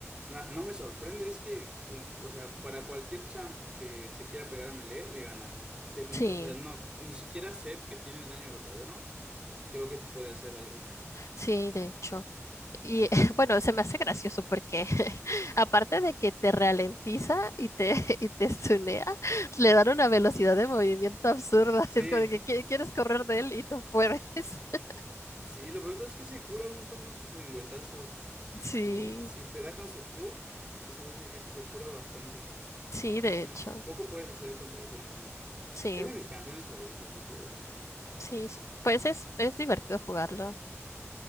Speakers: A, on the right; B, on the left.
A: Na- no me sorprende, es que, co- o sea, para cualquier champ que te quiera pegar a Melee, le ganas. Definit-
B: Sí,
A: o sea, no, ni siquiera Zed, que tiene el daño verdadero, creo que te puede hacer algo.
B: sí, de hecho. Y <laughs> bueno, se me hace gracioso porque <laughs> aparte de que te ralentiza y te, <laughs> y te tunea, le dan una velocidad de movimiento absurda. <laughs>
A: Sí,
B: Es como de que qui- quieres correr de él y no puedes. <laughs>
A: sí, lo peor es que se cura un montón con sus lengüetazos.
B: Sí,
A: El, si te da con su Q, ese güey se, qui- se cura bastante.
B: sí,
A: No,
B: de
A: no,
B: hecho.
A: poco puedes hacer contra el buen Tahm Kench.
B: Sí,
A: Es de mis campeones favoritos, no te voy a mentir.
B: sí. es- Pues es, es divertido jugarlo.